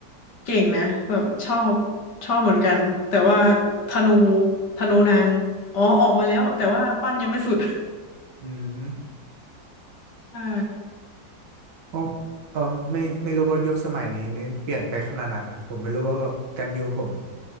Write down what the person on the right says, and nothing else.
<laughs> อืม
อ๋อเออไม่ไม่รู้ว่ายุคสมัยนี้นี่เปลี่ยนไปขนาดไหนแล้วผมไม่รู้ว่ากันยูผม